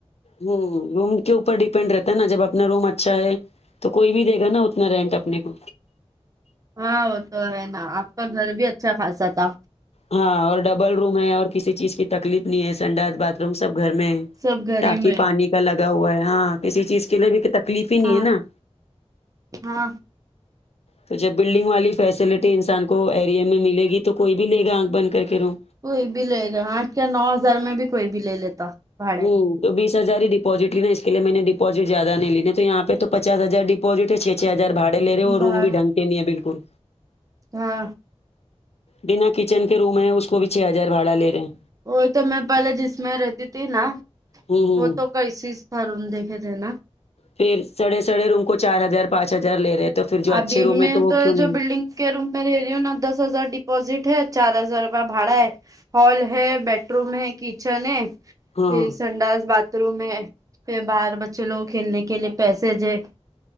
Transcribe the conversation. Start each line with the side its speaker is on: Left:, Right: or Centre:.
Left: ہوں روم کے اوپر ڈیپینڈ رہتا ہے نا جب اپنا روم اچھا ہے تو کوئی بھی دے گا نا اتنا رینٹ اپنے کو
Right: ہاں وہ تو ہے نا آپ کا گھر بھی اچھا خاصہ تھا
Left: ہاں اور ڈبل روم ہے اور کسی چیز کی تکلیف نہیں ہے سنڈاس باتھ روم سب گھر میں ہے
Right: سب گھر
Left: ٹاکی
Right: ہی میں
Left: پانی کا لگا ہوا ہے ہاں کسی چیز کے لیے بھی کو تکلیف ہی نہیں
Right: ہاں
Left: ہے نا
Right: ہاں
Left: تو جب بلڈنگ والی فیسلٹی انسان کو ایریا میں ملے گی تو کوئی میلے گا آنکھ بن کر کے روم
Right: کوئی بھی لے گا آٹھ یا نو ہزار میں بھی کوئی بھی لے لیتا بھاڑے
Left: ہوں تو بیس ہزار ہی ڈپوزٹ لی نا اس کے لیے میں نے ڈپوزٹ زیادہ نہیں لی تو یہاں پہ تو پچاس ہزار پوسٹ چھ چھ ہزار بھاڑے لے رہے اور
Right: بھاڑا
Left: روم بھی ڈنگ کے نہیں ہے بالکل
Right: ہاں
Left: بنا کچن کے روم ہے اس کو بھی چھ ہزار بھاڑا لے رہے ہیں
Right: وہی تو میں پہلے جس میں رہتی تھی نا
Left: ہوں ہوں
Right: وہ تو کسی تھا روم دیکھے تھے نا
Left: پھر سڑے سڑے روم کو چار ہزار پانچ ہزار لے رہے تو پھر جو اچھے
Right: ابھی
Left: روم
Right: میں
Left: ہے وہ
Right: تو
Left: کیوں نہیں
Right: جو بلڈنگ کے روم میں رہے رہی ہوں نا دس ہزار ڈپوزٹ ہے چار ہزار روپ بھاڑا ہے ہال ہے بیڈ روم ہے کچن ہے
Left: ہاں
Right: پھر سنڈاس باتھ روم ہے پھر باہر بچے لوگوں کھیلنے کے لیے پیسے ہے